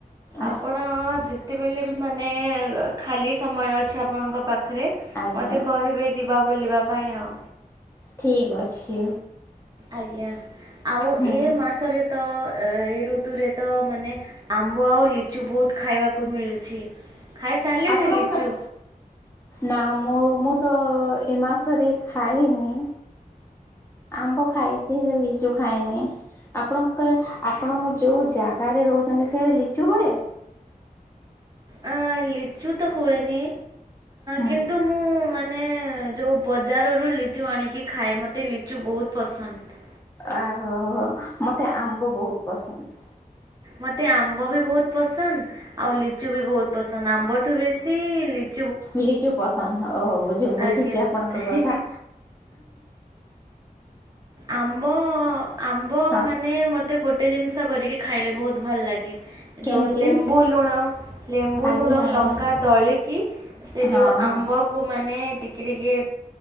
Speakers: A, on the left; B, on the right.
A: ଆସ
B: ଆପଣ ଯେତ ସେତେବେଳେ ବି ମାନେ ଖାଲି ସମୟ ଅଛି ଆପଣଙ୍କ ପାଖ ପାଖରେ
A: ଆଜ୍ଞା
B: ମତେ କହିବେ ଯିବା ବୁଲିବା ପାଇଁ ଆଉ।
A: ଠିକ ଅଛି।
B: ଆଜ୍ଞା‌। ଆଉ
A: ହୁଁ।
B: ଏ ମାସରେ ତ ଏ ଋତୁରେ ତ ମାନେ ଆମ୍ବ ଆଉ ଲିଚୁ ବହୁତ ଖାଇବାକୁ ମିଳୁଛି। ଖାଇସାରିଲେଣି
A: ଆପଣଙ୍କ
B: ଲିଚୁ?
A: ନା ମୁଁ ମୁ। ମୁଁ ତ ଏ ମାସରେ ଖଇନି ଆମ୍ବ ଖାଇଛି ହେଲେ ଲିଚୁ ଖାଇନି ଆପଣଙ୍କ ଆପଣଙ୍କ ଯୋଉ ଜାଗାରେ ରହୁଛନ୍ତି ସେ ଲିଚୁ ହୁଏ?
B: ଅ ଲିଚୁ ତ ହୁଏନି।
A: ହୁଁ
B: କିନ୍ତୁ ମୁଁ ମୁଁ ମାନେ ଯୋଉ ବଜାରରୁ ଲିଚୁ ଆଣିକି ଖାଏ ମୋତେ ଲିଚୁ ବହୁତ ପସନ୍ଦ।
A: ଅହୋହୋ ମତେ ଆମ୍ବ ବହୁତ ପସନ୍ଦ।
B: ମତେ ଆମ୍ବ ବି ବହୁତ ପସନ୍ଦ ଆଉ ଲିଚୁ ବି ବହୁତ ପସନ୍ଦ ଆମ୍ବଠୁ ବେଶୀ ଲିଚୁ
A: ଲିଚୁ ପସନ୍ଦ ଓହୋ ବୁଝ ବୁଝୁଛି
B: ଆଜ୍ଞା।
A: ଆପଣଙ୍କ କଥା।
B: ଆମ୍ବ ଆମ୍ବ
A: ହଁ
B: ମାନେ ମତେ ଗୋଟେ ଗୋଟେ ଜିନିଷ କରିକି ଖାଇଲେ ବହୁତ ଭଲ ଲାଗେ।
A: କେମିତି
B: ଯେଉଁ ଲେମ୍ବୁ ଲୁଣ ଲେମ୍ବୁ
A: ଆଜ୍ଞା
B: ଲୁଣ
A: ଆଜ୍ଞା
B: ଲଙ୍କା ଦଳିକି ସେ
A: ହଁ
B: ଯୋଉ ଆମ୍ବକୁ
A: ହଁ
B: ମାନେ ଟିକେ ଟିକେ